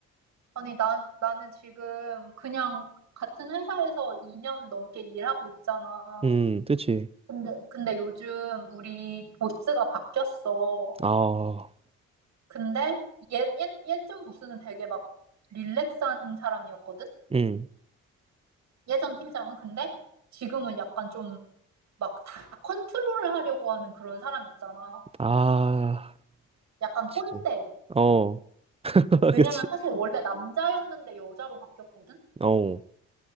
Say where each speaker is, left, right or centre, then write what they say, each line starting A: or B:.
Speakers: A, on the right; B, on the right.
A: 아니, 난, 나는 지금 그냥 같은 회사에서 2년 넘게 일하고 있잖아.
B: 음, 그치.
A: 근데, 근데 요즘 우리 보스가 바뀌었어.
B: 아,
A: 근데 예, 예, 예전 보스는 되게 막 릴렉스한 사람이었거든?
B: 음.
A: 예전 팀장은. 근데 지금은 약간 좀 막 다 컨트롤을 하려고 하는 그런 사람 있잖아.
B: 아,
A: 약간
B: 그치.
A: 꼰대.
B: 어, <laughs>
A: 왜냐면
B: 그치.
A: 사실 원래 남자였는데 여자로 바뀌었거든?
B: 어,